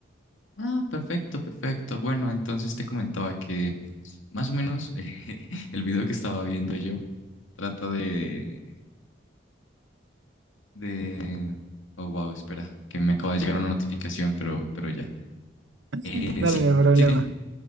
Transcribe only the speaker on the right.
<laughs> Dale,
no hay problema.